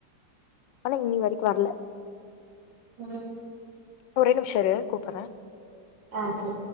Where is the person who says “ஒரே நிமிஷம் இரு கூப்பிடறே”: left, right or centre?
Left